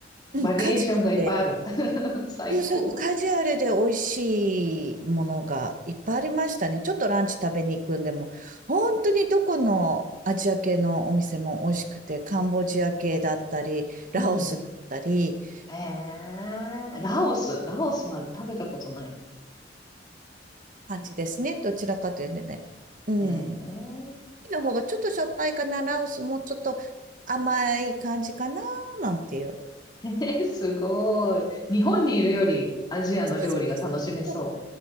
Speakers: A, on the right; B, on the left.
A: うん、
B: バリエーションがいっぱいある。
A: カジュアルで、
B: <laughs> 最高。
A: そうそうカジュアルで美味しいものがいっぱいありましたね。ちょっとランチ食べに行くんでも、本当にどこのアジア系のお店も美味しくて、カンボジア系だったり、ラオスだったり、
B: うん。ええラオス、ラオスなんて食べたことない。
A: 感じですね。どちらかというとね。うん。
B: え
A: キの方がちょっとしょっぱいかな、ラオスもちょっと甘い感じかな、なんていう。
B: え <laughs> すごい。日本にいるよりアジアの料理が楽しめそ
A: そうそうそうそう。